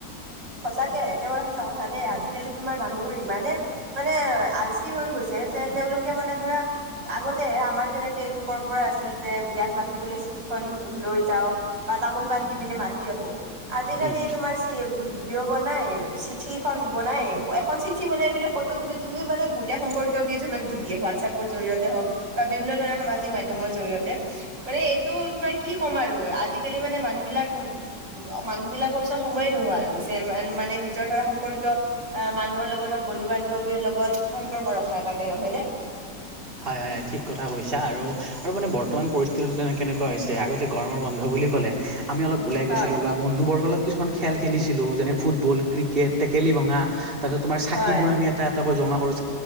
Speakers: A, on the right; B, on the right.
A: সঁচাকে একেবাৰে সঁচা কথা দেই আজিকালি তোমাৰ মানুহবোৰ মানে মানে আলচি হৈ গৈছে যে তেওঁলোক মানে ধৰা আগতে আমাৰ যেনেকে এইটো পৰম্পৰা আছিল যে বিয়াত মাতিবলৈ চিঠিখন লৈ যাওঁ। বা তামোল পাণ দি পিনে মাতি আহো আজিকালি
B: উম,
A: তোমাৰ চ ভিডিঅ' বনাই চিঠিখন বনাই এখন চিঠি বনাই পিনে ফটো তোলি তুমি মানে গোটেই সম্পৰ্কীয় কেইজনক দি দিয়ে হোৱাটছএপৰ জৰিয়তে হওক বা বিভিন্ন ধৰণৰ সামাজিক মাধ্যমৰ জৰিয়তে। মানে এইটো তোমাৰ কি ক'ম আৰু আজিকালি মানে মানুহ বিলাক মানুহবিলাকৰ ওচৰত সময়ে নোহোৱা হৈ গৈছে। মানে নিজৰ ধৰা সম্পৰ্কীয় আহ মানুহৰ লগত হওক বন্ধু বান্ধৱীৰ লগত সম্পৰ্ক ৰখা। কাৰণে নহয় নে?
B: হয় হয় ঠিক কথা কৈছা আৰু আৰু মানে বৰ্তমান পৰিস্থিতিতো তেনে কেনেকুৱা হৈছে আগতে গৰমৰ বন্ধ বন্ধ বুলি ক'লে আমি অলপ ওলাই
A: হয়
B: গৈছিলোঁ বা বন্ধুবৰ্গ লগত কিছুমান খেল খেলিছিলো যেনে ফুটবল ক্ৰিকেট টেকেলি ভঙা। তাৰপিছত আমি চাকিবোৰ
A: হয়।
B: এটা এটাকৈ আমি এটা জমা